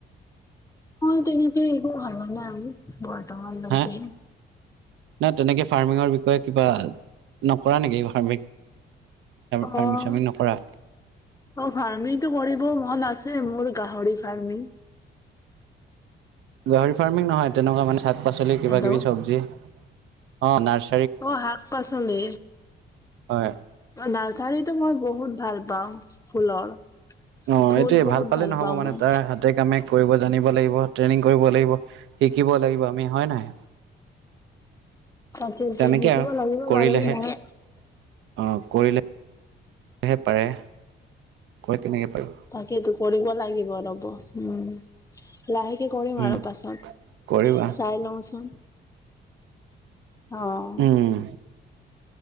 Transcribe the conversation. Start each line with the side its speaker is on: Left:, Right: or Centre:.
Left: কয় তেনেকে এইবোৰ <unintelligible> বৰ্তমানলৈকে।
Right: হা ন তেনেকে ফাৰ্মিঙৰ বিষয়ে কিবা নকৰা নেকি ফাৰ্মিং?
Left: অ
Right: ফাৰ্মিং
Left: অ
Right: চাৰ্মিং নকৰা
Left: ফাৰ্মিটো কৰিব মন আছ- যে মোৰ গাহৰি ফাৰ্মিং।
Right: গাহৰি ফাৰ্মিং নহয় তেনেকুৱা মানে শাক পাচলি কিবা
Left: হেল্ল'
Right: কিবি চব্জি। অ নাৰ-
Left: অ হক পাচলি?
Right: হয়
Left: নাৰ্চাৰী টো মই বহুত ভাল পাওঁ ফুলৰ।
Right: অ
Left: ফুল
Right: এইটোয়ে
Left: বহুত
Right: ভাল পালে নহব
Left: পাওঁ
Right: মানে
Left: মই
Right: তাৰ হাতে কামে কৰিব জানিব লাগিব ট্ৰেইনিং কৰিব লাগিব শিকিব লাগিব আমি হয় নাই?
Left: তাকেতো
Right: তেনেকে
Left: শিকিব
Right: আৰু
Left: লাগিব
Right: কৰিলেহে
Left: বাৰু মই
Right: অ। কৰিলেহে পাৰে। কেনেকে পাৰিব
Left: তাকেইটো কৰিব লাগিব ৰ'ব উম। লাহেকে কৰিম
Right: উম
Left: আৰু পাছত
Right: কৰিবা
Left: চাই লওঁচোন। অহ।
Right: উম